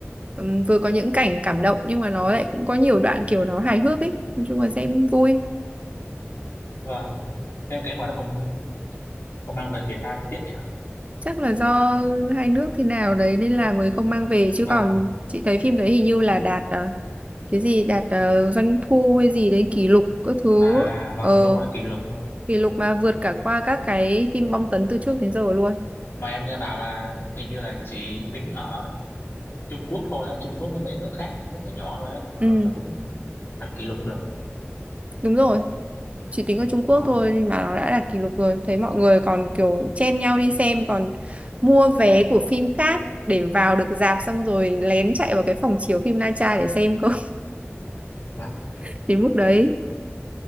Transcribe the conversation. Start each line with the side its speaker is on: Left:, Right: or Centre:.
Right: ừm, vừa có những cảnh cảm động nhưng mà nó lại cũng có nhiều đoạn kiểu nó hài hước ấy, nói chung là xem vui.
Left: và thế, thế mà nó không không mang về Việt Nam tiếc nhỉ
Right: chắc là do hai nước thế nào đấy nên là mới không mang về chứ
Left: và
Right: còn chị thấy phim đấy hình như là đạt ờ, cái gì đạt ờ, doanh thu hay gì đấy kỷ lục các thứ
Left: à vâng
Right: ờ,
Left: đúng rồi kỷ lục vâng
Right: kỷ lục mà vượt cả qua các cái phim bom tấn từ trước đến giờ luôn
Left: mà em nghe bảo là hình như là chỉ tính ở Trung Quốc thôi á Trung Quốc với mấy nước khác nước nhỏ nhỏ thôi á mà
Right: ừ
Left: nó cũng đặt kỷ lục được
Right: đúng rồi chỉ tính ở Trung
Left: vâng
Right: Quốc thôi nhưng mà nó đã đạt kỷ lục rồi thấy mọi người còn kiểu chen nhau đi xem còn mua vé của phim khác để vào được rạp xong rồi lén chạy vào cái phòng chiếu phim Na Tra để xem cơ
Left: vâng
Right: <laughs> đến mức đấy